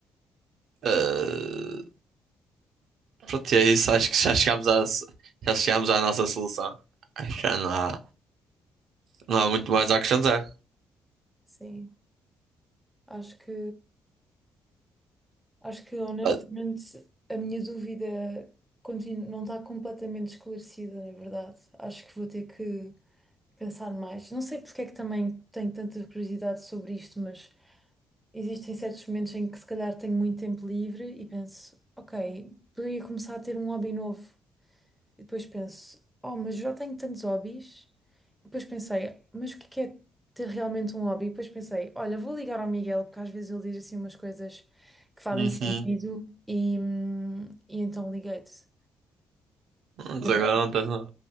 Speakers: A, on the right (about 70°); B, in the centre.
A: Ah, pronto, e é isso. Acho que já chegámos à, já chegámos à nossa solução. Acho que já não há, não há muito mais a acrescentar.
B: Sim, acho que acho que honestamente
A: Ah,
B: a minha dúvida continu- não está completamente esclarecida, na verdade. Acho que vou ter que pensar mais. Não sei porque é que também tenho tanta curiosidade sobre isto, mas existem certos momentos em que se calhar tenho muito tempo livre e penso, ok, poderia começar a ter um hobby novo. E depois penso, oh, mas já tenho tantos hobbies. E depois pensei, mas o que é que é ter realmente um hobby? E depois pensei, olha, vou ligar ao Miguel, porque às vezes ele diz assim umas coisas que fazem
A: Uhum.
B: sentido e, hum, e então liguei-te.
A: Mas
B: Na
A: agora
B: verdade,
A: não tens nada.